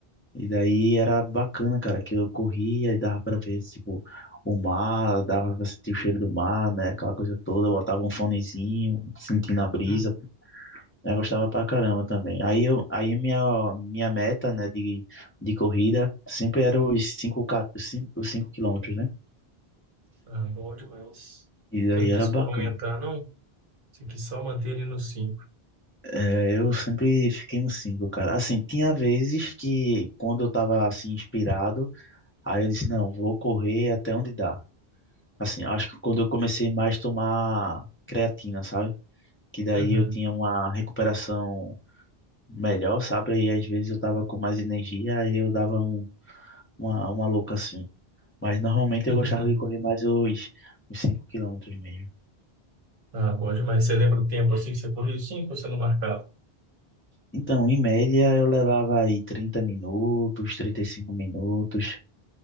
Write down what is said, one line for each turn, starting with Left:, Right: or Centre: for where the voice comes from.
Left: e daí era bacana, cara, que eu corria e dava pra ver, tipo, o mar, dava pra sentir o cheiro do mar, né, aquela coisa toda, eu botava um fonezinho, sentindo a brisa,
Right: uhum.
Left: né, eu gostava pra caramba também. Aí eu, aí a minha, minha meta, né, de, de corrida sempre era os 5 os 5 quilômetros, né?
Right: Ah, bom demais.
Left: E
Right: Você
Left: aí
Right: não quis
Left: era bacana.
Right: aumentar, não? Você quis só manter ele no cinco.
Left: É, eu sempre fiquei no 5 cara. Assim, tinha vezes que quando eu tava assim inspirado, aí eu disse, não, vou correr até onde dá. Assim, acho que quando eu comecei mais a tomar creatina, sabe? Que daí
Right: Uhum.
Left: eu tinha uma recuperação melhor, sabe? Aí às vezes eu tava com mais energia, aí eu dava um, uma, uma louca assim. Mas normalmente
Right: <laughs>
Left: eu gostava de correr mais os, os 5 quilômetros mesmo.
Right: Ah, bom demais. Você lembra o tempo assim que você correu 5? ou você não marcava?
Left: Então, em média, eu levava aí 30 minutos, 35 minutos.